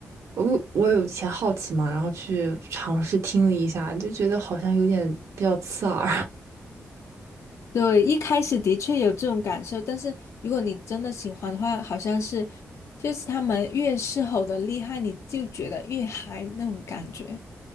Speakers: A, on the right; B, on the left.
A: 我我有以前好奇嘛，然后去尝试听了一下，就觉得好像有点比较刺耳，
B: <laughs> 对，一开始的确有这种感受，但是如果你真的喜欢的话，好像是就是他们越狮吼的厉害，你就觉得越嗨那种感觉。